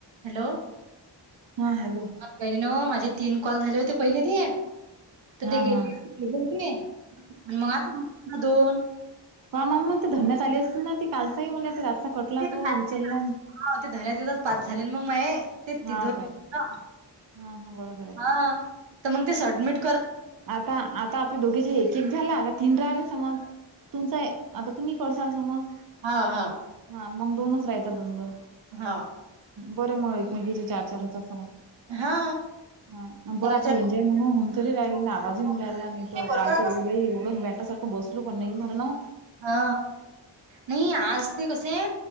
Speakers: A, on the right; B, on the right.
A: Hello
B: हा <unintelligible>
A: बहिणी न माझे तीन कॉल झाले होते पहिले ते तर
B: हा
A: ते
B: हा
A: गे गेले होते आणि मग आता ना दोन
B: वा म ते धरण्यात आली असती ना त कालचा मला रातचा कटला
A: ते
B: तो
A: कालचे
B: उचलला.
A: हा ते धऱ्यात येतच पाच झाले म ते
B: हा
A: त दोन
B: काय हा हा बरोबर आहे
A: हा तर मग ते सडमिट
B: आता आता आपले दोघे जे एक एक झाला आता तीन राहिले समज. तुमचंय आता तुम्ही करसाल समज
A: हा हा
B: हा मग दोनच राहतात दोन, दोन.
A: हा
B: बरं मग एकमेकीचे चार, चार होतात मग.
A: हा
B: हा बरं
A: चार
B: आता
A: चार
B: रेंज हाय म्हणून होऊन तरी राहिल.
A: नाही
B: जी राहिला आणि
A: बरोबर
B: काल
A: आता
B: ते एवढ बाई एवढं मेट सारखं बसलो पण नाही झा ना
A: हा नाही आज ते कस आहे